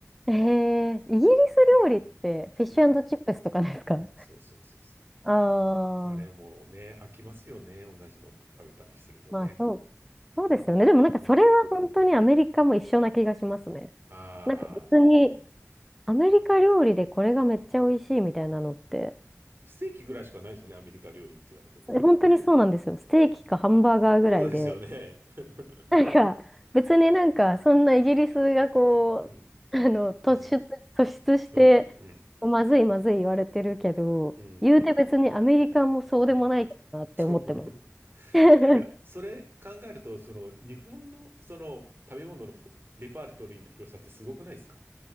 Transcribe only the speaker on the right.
うん。そうそうそうそ
う。あれもうね、飽きますよね。同じの食べたりするとね。
うん。
うん。ああ、
ステーキぐらいしかないですよね。アメリカ料理って言われてもね。
そうですよね。<laughs>
うん、うん、
う
ん、うん、
うん、
うん。そう。<laughs>
いや、それ考えると、その、日本の、その、食べ物のほレパートリーの広さってすごくないですか